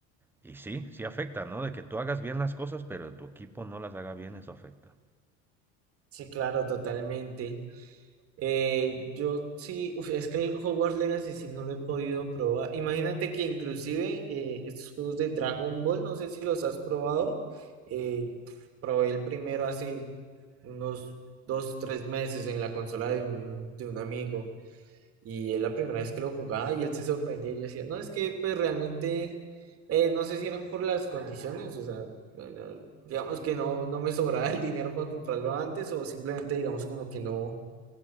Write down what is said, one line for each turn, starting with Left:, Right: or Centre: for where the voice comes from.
Centre: y sí, sí afecta, ¿no? De que tú hagas bien las cosas, pero tu equipo no las haga bien, eso afecta.
Right: Sí, claro, totalmente. Eh, yo sí, uf, es que el Hogwarts Legacy sí no lo he podido probar. Imagínate que inclusive eh, estos juegos de Dragon Ball, no sé si los has probado. eh, probé el primero hace unos dos, tres meses en la consola de un, de un amigo y es la primera vez que lo jugaba y él se sorprendía y yo decía, no, es que pues realmente eh, no sé si eran por las condiciones, o sea, bueno, digamos que no, no me sobraba el dinero para comprarlo antes o simplemente digamos como que no.